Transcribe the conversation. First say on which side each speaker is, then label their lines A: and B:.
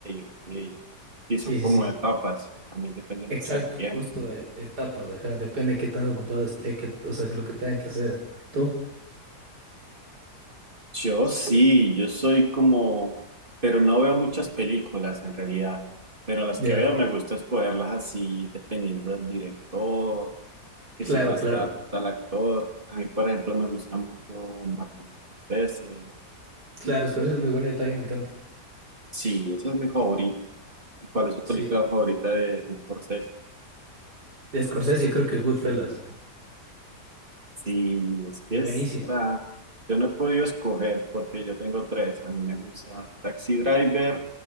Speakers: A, on the right; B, on the right.
A: ok. Sí,
B: Sí,
A: son como
B: sí, sí.
A: etapas. A mí depende mucho
B: Exacto,
A: del tiempo.
B: justo eh, etapas, ajá, depende qué tan ocupado esté, qué- o sea, lo que tengan que hacer. ¿Tú?
A: Yo sí, yo soy como, pero no veo muchas películas en realidad. Pero las
B: Ya.
A: que veo me gusta escogerlas así, dependiendo del director, que
B: Claro,
A: si va a
B: claro.
A: estar tal actor. A mí, por ejemplo, me gusta mucho Martin Scorsese.
B: Claro, Scorsese es muy bueno y también me encanta.
A: Sí, esa es mi favorita. ¿Y cuál es su
B: Sí.
A: película favorita de, de Scorsese?
B: De Scorsese yo creo que Goodfellas.
A: Sí, es que
B: Buenísima.
A: está. Yo no he podido escoger porque yo tengo tres. A mí me gusta Taxi Driver,